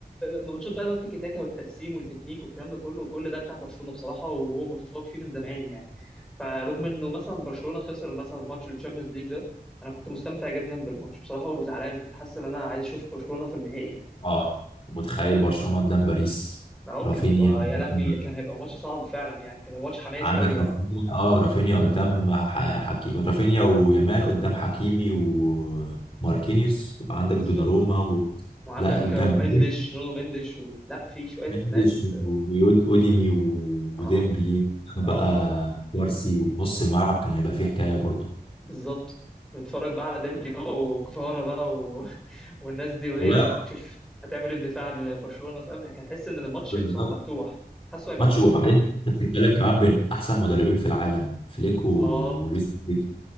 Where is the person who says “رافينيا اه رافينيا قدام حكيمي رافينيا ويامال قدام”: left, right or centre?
Left